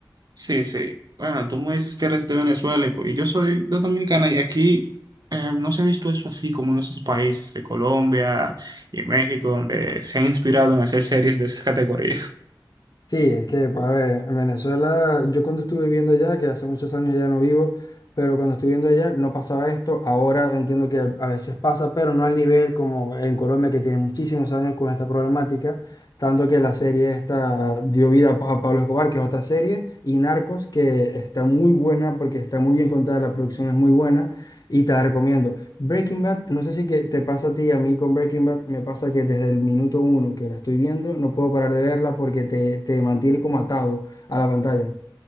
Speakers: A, on the right; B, on the left.
A: sí, sí. Bueno, tú me dices que eres de Venezuela y pues, y yo soy de Dominicana y aquí eh, no se ha visto eso así como en esos países de Colombia y México, donde se ha inspirado en hacer series de esa categoría.
B: Sí, es que, pues, a ver, en Venezuela, yo cuando estuve viviendo allá, que hace muchos años ya no vivo, pero cuando estuve viviendo allá no pasaba esto. Ahora entiendo que a veces pasa, pero no al nivel como en Colombia, que tiene muchísimos años con esta problemática, tanto que la serie esta dio vida a, Pa- a Pablo Escobar, que es otra serie, y Narcos, que está muy buena porque está muy bien contada, la producción es muy buena, y te la recomiendo. Breaking Bad, no sé si que te pasa a ti, a mí con Breaking Bad me pasa que desde el minuto uno que la estoy viendo no puedo parar de verla porque te, te mantiene como atado a la pantalla.